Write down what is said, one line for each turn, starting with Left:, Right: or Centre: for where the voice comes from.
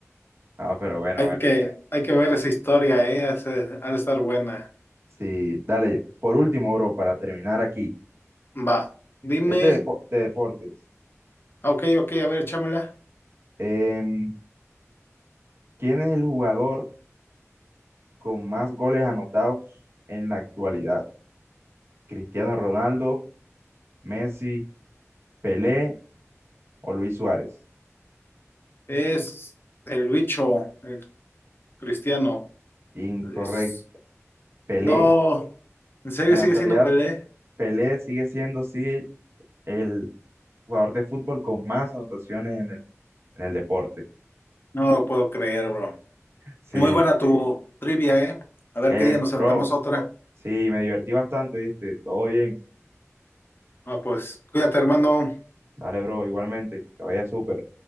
Right: Ah, pero bueno,
Left: Hay
Right: bueno.
Left: que, hay que ver esa historia, ¿eh? Ha ha de estar buena.
Right: Sí, dale. Por último, bro, para terminar aquí.
Left: Va. Dime.
Right: Es de, depo- de deportes.
Left: Ah, Ok, ok, a ver, échamela.
Right: Em, ¿quién es el jugador con más goles anotados en la actualidad? Cristiano Ronaldo, Messi, Pelé o Luis Suárez.
Left: Es el bicho, el cristiano.
Right: Incorrecto.
Left: Es-
Right: Pelé.
Left: No. ¿En serio
Right: En la
Left: sigue
Right: actualidad,
Left: siendo Pelé?
Right: Pelé sigue siendo, sí, el jugador de fútbol con más anotaciones en el, en el deporte.
Left: No lo puedo creer, bro.
Right: Sí.
Left: Muy buena tu trivia, ¿eh? A ver
Right: Eh,
Left: qué día nos
Right: bro,
Left: aventamos otra.
Right: sí, me divertí bastante, ¿viste? Todo bien.
Left: Ah, pues cuídate, hermano.
Right: Dale, bro, igualmente. Que vaya súper.